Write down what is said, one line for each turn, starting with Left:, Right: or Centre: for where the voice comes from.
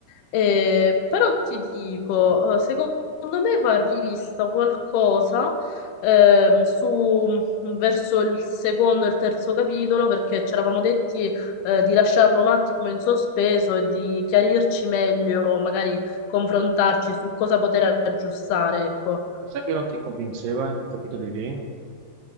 Left: Eh, però ti dico, eh, secondo Secondo me va rivista qualcosa ehm, su verso il secondo e il terzo capitolo perché ci eravamo detti eh, di lasciarlo un attimo in sospeso e di chiarirci meglio, magari confrontarci su cosa poter aggiustare, ecco.
Right: Cos'è che non ti convinceva in quei capitoli lì?